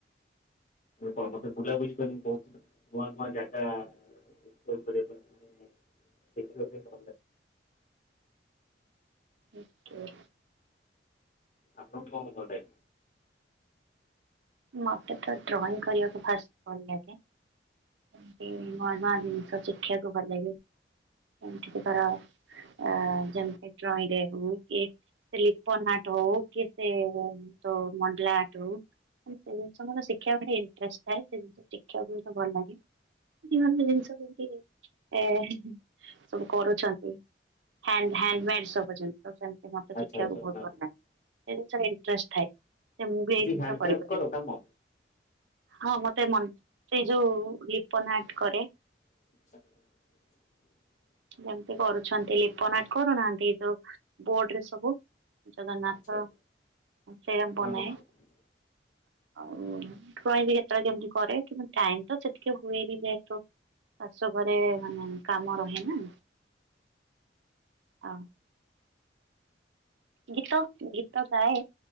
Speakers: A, on the left (about 45°); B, on the right (about 85°).
A: କଣ ମତେ ବୁଲାବୁଲି କରିମୀ କହୁଚି କୁଆ ନୁଆ ଜାଗା <unintelligible> ଭଲ ଲାଗିବ
B: ଆଚଛା
A: ଆପଣ କଣ କଲେ
B: ମତେ ତ ଡ୍ରଇଂ କରିବାକୁ ଫାର୍ଷ୍ଟ ଭଲ ଲାଗେ ଏମୀତି ନୂଆ ନୂଆ ଜିନିଷ ଶିଖିବାକୁ ଭଲ ଲାଗ ଏମତି ତାର ଆ ଜେମିତି ଡ୍ରଇଂ ରୁ ହୋଉ କି ସେ ଲିପନ ଆଟ ହଉ କି ସେ ତ ମଣ୍ଡଲା ଆଟ ହଉ ସେ ଜିନଷ ମାନେ ଶିଖୀବାକୁ ଇଣ୍ଟଷ୍ଟ ଥାଏ ସେ ଜିନଷ ଶଖିବାକୁତ ଭଲ ଲାଗେ ଭ ଜିନିଷତି ଏ ସବୁ କରୁଛନ୍ତି ହ୍ୟା ହ୍ୟାଣ୍ଡମେଡ଼୍ ସବୁ କରୁଛନ୍ତି ଛନ୍ତି ସେ ମତେ
A: ଆଚ୍ଛା
B: ଶିଖିବାକୁ
A: ଆଚ୍ଛା
B: ବହୁତ ଭଲ ଲାଗେ ସେ ଜିନିଷ ଇଣ୍ଟଷ୍ଟ ଥାଏ ସେ ମୁଁ ବି
A: କିଛି
B: ଏଇ ଜିନିଷ
A: ହ୍ୟାଣ୍ଡକ୍ରାଫ୍ଟ
B: କରିବି
A: କର କାମ
B: ହଁ ମତେ ମନ ସେଇ ଯୋଉ ଲିପ ନାଟ କରେ
A: <inaudible>
B: ଯେମିତି କରୁଛନ୍ତି ଲିପନାଟ କରୁନାହାନ୍ତି ତୋ ବୋର୍ଡ ରେ ସବୁ ଜଗନ୍ନାଥ
A: ଆଚ୍ଛା
B: ସେଇରା ବନାଏ
A: ହଁ ହଁ।
B: ଆଉ ଡ୍ରଇ କେତେବେଳେ କେମତି କରେ କିନ୍ତୁ ଟାଇମ ତ ସେତିକି ହୁଏନି ଯେହେତୁ ଆସ ଘରେ ମାନେ କାମ ରହେ ନା ହଁ ଗୀତ ଗୀତ ଗାଏ